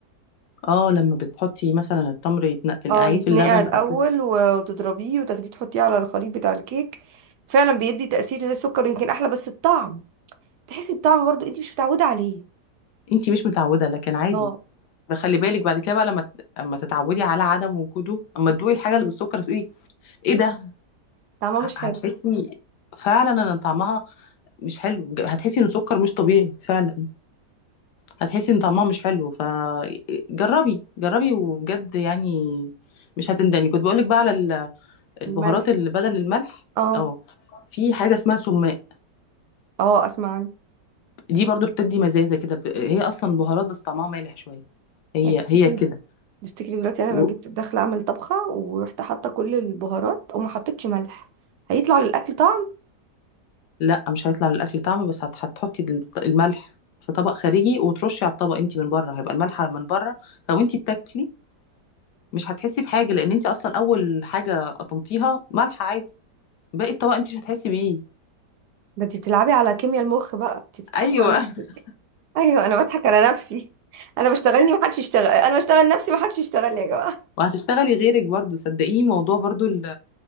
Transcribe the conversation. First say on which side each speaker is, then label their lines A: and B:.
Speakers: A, on the left; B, on the right.
A: اه لما بتحطي مثلا التمر يتنق- تنقعيه
B: اه يتنقع
A: في اللبن
B: الاول
A: او كده
B: و- وتضربيه وتاخديه تحطيه على الخليط بتاع الكيك فعلا بيدي تاثير زي السكر يمكن احلى بس الطعم تحسي الطعم برضو انت مش متعوده عليه
A: انت مش متعودة لكن عادي
B: اه
A: فخلي بالك بعد كده بقى لما ت- اما تتعودي على عدم وجوده اما تدوقي الحاجة اللي بالسكر تقولي ايه ده
B: طعمه مش
A: ه- هتحسي
B: حلو
A: فعلا ان طعمها مش حلو هتحسي ان سكر مش طبيعي فعلا هتحسي ان طعمها مش حلو فجربي جربي وبجد يعني مش هتندمي كنت بقولك بقى على ال- البهارات
B: الملح
A: اللي بدل الملح
B: اه
A: اه في حاجة اسمها سماق
B: اه اسمع عنه
A: دي برضو بتدي مزازة كده ب- هي اصلا بهارات بس طعمها مالح شوية هي
B: يعني تفتكري
A: هي كده
B: تفتكري دلوقتي انا
A: و...
B: لو جبت داخله اعمل طبخه ورحت حاطه كل البهارات وما حطيتش ملح هيطلع للاكل طعم
A: لا مش هيطلع للاكل طعم بس هت- هتحطي الملح في طبق خارجي وترشي على الطبق انت من بره هيبقى الملح من بره فوانتي بتاكلي مش هتحسي بحاجه لان انت اصلا اول حاجه قطمتيها ملح عادي باقي الطبق انت مش هتحسي بيه
B: ده انت بتلعبي على كيمياء المخ بقى انت بتضحكي
A: ايوه
B: على نفسك
A: <laughs>
B: ايوه انا بضحك على نفسي انا بشتغلني ما حدش يشتغل انا بشتغل نفسي ما حدش يشتغلني يا جماعه
A: وهتشتغلي غيرك برضو صدقيني موضوع برضو ال